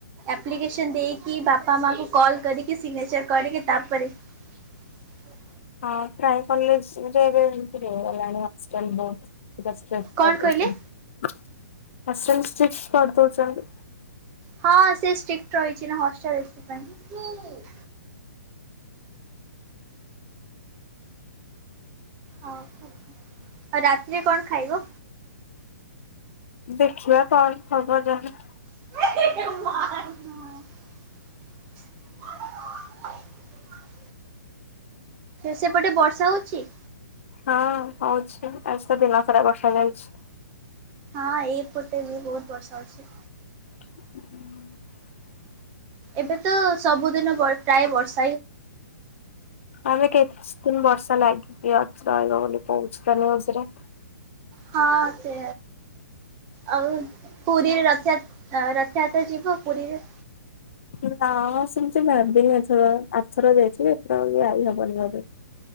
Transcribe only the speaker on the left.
ହଁ ପ୍ରାୟ କଲେଜରେ ଏବେ ଏଣ୍ଟ୍ରି ହୋଇଗଲାଣି ହଷ୍ଟେଲ ବହୁତ। ହଷ୍ଟେଲ
କରି
ଦେଉଛନ୍ତି ହଷ୍ଟେଲ ଷ୍ଟ୍ରିକ୍ଟ କରିଦଉଛନ୍ତି।
ଦେଖିବା କଣ ହବ ଯାହା।
ହଁ ହଉଛି ଆ ସେ ଦିନ ସାରା ବର୍ଷା ଯାଉଛି।
<unintelligible>
ଆବେ କିଛି ଦିନ ବର୍ଷ। ଲାଗିକି ଅଛି ରହିବ ବୋଲି କହୁଛି ତ ନ୍ୟୁଜ୍ ରେ।
ନା ସେମିତି ଭାବିନି ଏଥର ଆଥର ଯାଇଛି ଏଥର ଯାଇ ହବନି ବୋଧେ।